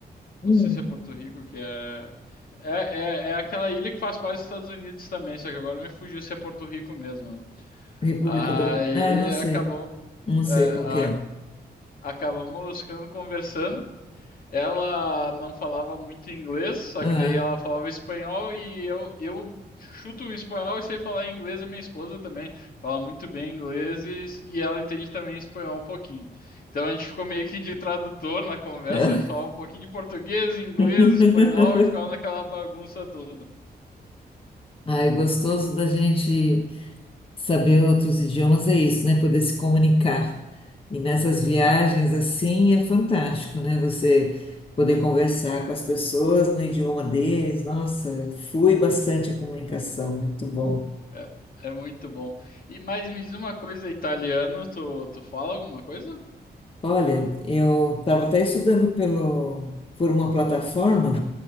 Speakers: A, on the left; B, on the left.
A: Hum.
B: não sei se é Porto Rico, que é... É, é, é aquela ilha que faz parte dos Estados Unidos também, só que agora me fugiu se é Porto Rico mesmo, né?
A: República
B: Aí
A: do... Ah, não sei,
B: acabou,
A: não sei
B: é, a-
A: qual que é.
B: acabamos ficando conversando. Ela não falava muito inglês, só
A: Ah,
B: que daí ela falava espanhol e eu, eu chuto o espanhol e sei falar inglês e minha esposa também fala muito bem inglês e, e ela entende também espanhol um pouquinho. Então a gente ficou meio que de tradutor na conversa,
A: é.
B: a gente falava um pouquinho de português, inglês,
A: <laughs>
B: espanhol e ficava naquela bagunça toda.
A: Ai, gostoso da gente Saber outros idiomas é isso, né? Poder se comunicar. E nessas viagens,
B: É,
A: assim, é fantástico, né? Você poder conversar com as pessoas no idioma deles. Nossa, flui bastante a comunicação, muito bom.
B: é, é muito bom. E, mas me diz uma coisa, italiano, tu, tu fala alguma coisa?
A: Olha, eu estava até estudando pelo, por uma plataforma.